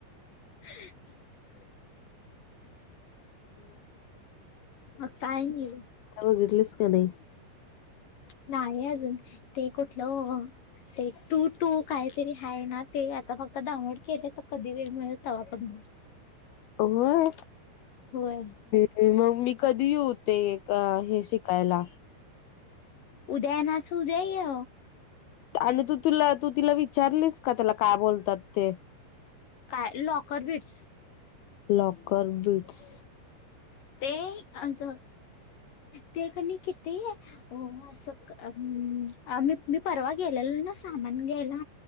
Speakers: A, on the left; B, on the left.
A: <unintelligible>
B: <inaudible>
A: मग काय नाही
B: हगर्लस का नाही.
A: नाही आहे अजून ते कुठलं ते टू टू काहीतरी ह ना ते. तो फक्त डाऊनलोड केले तर कधी वेळ मिळत पण
B: व्हय
A: व्हय
B: मग मी कधी येऊ ते का हे शिकायला
A: उदया येनास उदया य
B: आणि तू तिला तू तिला विचारलीस का त्याला काय बोलतात ते
A: काय लॉकर बिट्स
B: लॉकर बिट्स
A: ते आज ते कि नी किती हो असं मी परवा गेलेलो ना सामान घ्यायला